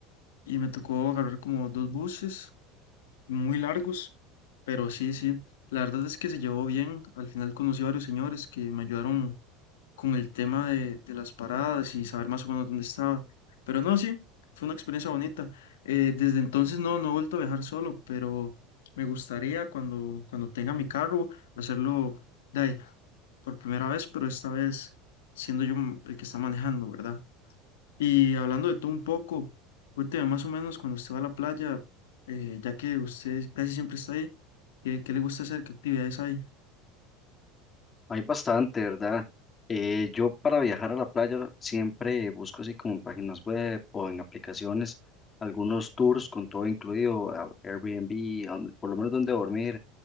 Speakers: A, on the left; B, on the left.
A: y me tocó agarrar como dos buses muy largos, pero sí, sí, la verdad es que se llevó bien. Al final conocí a varios señores que me ayudaron con el tema de, de las paradas y saber más o menos dónde estaba. Pero no, sí, fue una experiencia bonita. Eh, desde entonces no, no he vuelto a viajar solo, pero me gustaría cuando, cuando tenga mi carro hacerlo de ahí, por primera vez, pero esta vez siendo yo m- el que está manejando, ¿verdad? Y hablando de todo un poco, cuénteme más o menos cuando usted va a la playa, eh, ya que usted casi siempre está ahí, ¿qué, qué le gusta hacer? ¿Qué actividades hay?
B: Hay bastante, ¿verdad? Eh, yo para viajar a la playa siempre busco así como en páginas web o en aplicaciones algunos tours con todo incluido, a- Airbnb, a- por lo menos donde dormir,